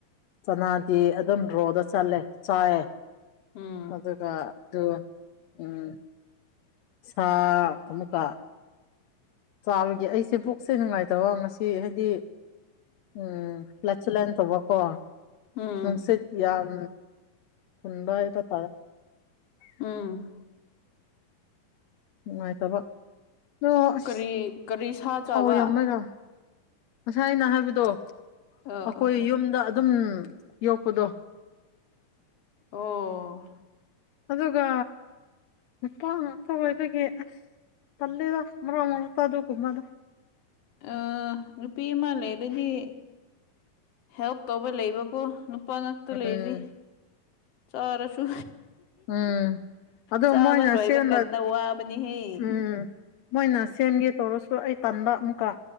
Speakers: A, on the left (about 75°); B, on the left (about 55°).
A: ꯆꯅꯥ ꯑꯗꯨꯝ ꯔꯣꯗ ꯆꯠꯂꯦ ꯆꯥꯏꯌꯦ
B: ꯎꯝ
A: ꯑꯗꯨꯒ ꯑꯗꯨ ꯎꯝ ꯁꯥ ꯑꯃꯨꯛꯀ ꯆꯥꯕꯒꯤ ꯑꯩꯁꯦ ꯄꯨꯛꯁꯦ ꯅꯨꯡꯉꯥꯏꯇꯕ ꯉꯁꯤ ꯍꯥꯏꯗꯤ ꯎꯝ <unintelligible> ꯇꯧꯕꯀꯣ
B: ꯎꯝ
A: ꯅꯨꯡꯁꯤꯠ ꯌꯥꯝ ꯊꯟꯕ ꯍꯥꯏꯕ ꯇꯥꯔꯦ
B: ꯎꯝ
A: ꯅꯨꯡꯉꯥꯏꯇꯕ ꯑꯣ ꯑꯁ
B: ꯀꯔꯤ ꯀꯔꯤ ꯁꯥ
A: ꯊꯥꯎ
B: ꯆꯥꯕ
A: ꯌꯥꯝꯃꯒ ꯉꯁꯥꯏ ꯑꯩꯅ ꯍꯥꯏꯕꯗꯣ
B: ꯑ
A: ꯑꯩꯈꯣꯏ
B: ꯑꯣ
A: ꯌꯨꯝꯗ ꯑꯗꯨꯝ ꯌꯣꯛꯄꯗꯣ
B: ꯑꯣ
A: ꯑꯗꯨꯒ ꯅꯨꯄꯥ ꯉꯥꯛꯇ ꯑꯣꯏꯕꯒꯤ ꯑꯁ ꯊꯝꯗꯦꯗ ꯃꯔꯛ ꯃꯔꯇ ꯑꯗꯨꯒꯨꯝꯕ ꯑꯗꯨ
B: ꯑ ꯅꯨꯄꯤ ꯑꯃ ꯂꯩ ꯑꯗꯨꯗꯤ ꯍꯦꯜꯞ ꯇꯧꯕ ꯂꯩꯕꯀꯣ ꯅꯨꯄꯥ ꯉꯥꯛꯇ
A: ꯎꯝ
B: ꯂꯩꯗꯤ ꯆꯥꯔꯁꯨ
A: ꯎꯝ ꯑꯗꯣ
B: ꯆꯥꯕ
A: ꯃꯣꯏꯅ
B: ꯂꯣꯏꯕ
A: ꯁꯦꯝꯕ
B: ꯀꯗ ꯋꯥꯕꯅꯤꯍꯦ
A: ꯎꯝ ꯃꯣꯏꯅ ꯁꯦꯝꯒꯦ ꯇꯧꯔꯁꯨ ꯑꯩ ꯇꯟꯥꯟꯕ ꯑꯃꯨꯛꯀ